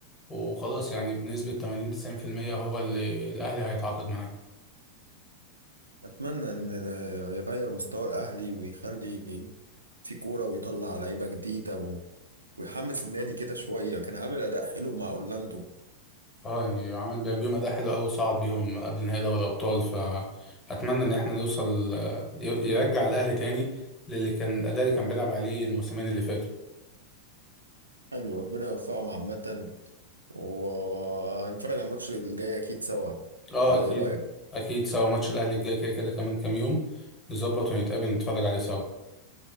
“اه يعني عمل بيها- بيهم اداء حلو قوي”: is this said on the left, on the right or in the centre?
Left